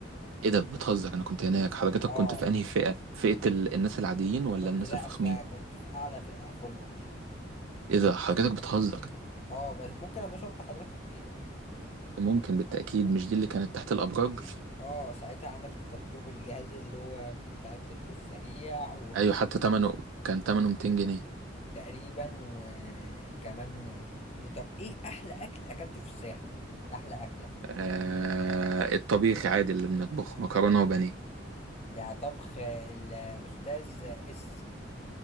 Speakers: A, on the right; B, on the left.
A: إيه ده بتهزر أنا كنت هناك حضرتك
B: اه
A: كنت في أنهي فئة فئة ال الناس العاديين ولا
B: كنت
A: الناس
B: لا
A: الفخمين
B: فكنت في اعلى فئه فول اوبشن
A: إيه ده حضرتك بتهزر
B: اه بس ممكن ابقى شفت حضرتك اكيد
A: ممكن بالتأكيد مش دي اللي كانت تحت الأبراج
B: اه ساعتها عملت تاتو بالجهاز اللي هو بتاع التاتو السريع
A: أيوة حتى تمنه كان تمنه 200 جنيه
B: وتقريبا وكمان طب ايه احلى اكل اكلته في الساحل احلى اكله
A: آه الطبيخي عادي اللي بنطبخه مكرونة وبانيه
B: ده طبخ آه، الاستاذ اس